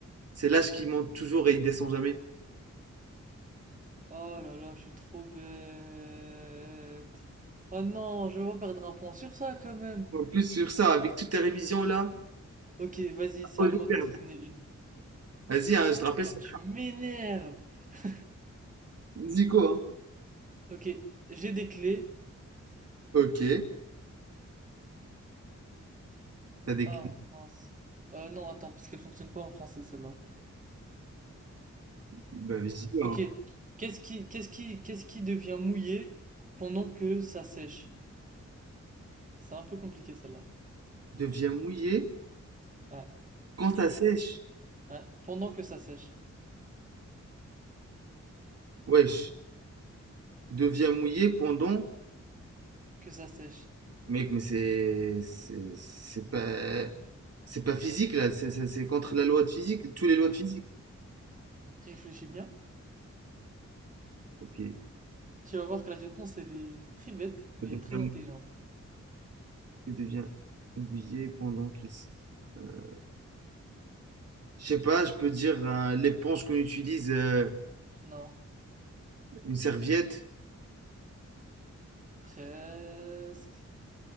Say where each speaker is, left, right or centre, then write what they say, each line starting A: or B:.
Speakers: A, on the right (about 55°); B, on the right (about 25°).
A: C'est l'âge qui monte toujours et il descend jamais.
B: Oh là là, je suis trop bête. Oh non, je vais pas perdre un point sur ça quand même.
A: En plus, sur ça, avec toutes tes révisions là,
B: Ok, vas-y, c'est
A: oh,
B: à
A: je
B: moi
A: vais perdre.
B: de te donner une.
A: Vas-y, hein, je te rappelle,
B: Oh,
A: c'est
B: tu m'énerves. <laughs>
A: Zico. Hein.
B: Ok, j'ai des clés.
A: Ok, t'as des
B: Ah
A: clés.
B: mince. Euh, non, attends, parce qu'elle fonctionne pas en français celle-là.
A: Bah vas-y,
B: Ok,
A: hein.
B: qu'est-ce qui, qu'est-ce qui, qu'est-ce qui devient mouillé pendant que ça sèche? C'est un peu compliqué celle-là.
A: Deviens mouillé
B: Ouais.
A: quand ça sèche.
B: Ouais, Pendant que ça sèche.
A: Wesh, deviens mouillé pendant.
B: Que ça sèche.
A: Mec, mais c'est. C'est c'est pas. C'est pas physique là, c'est c'est- c'est contre la loi de physique, toutes les lois de physique.
B: Réfléchis bien.
A: Ok,
B: Tu vas voir que la réponse, elle est très bête, mais
A: ça devient,
B: très intelligente.
A: ça devient mouillé pendant qu'il. s- euh, Je sais pas, je peux dire euh, l'éponge qu'on utilise, euh,
B: Non,
A: une serviette.
B: presque.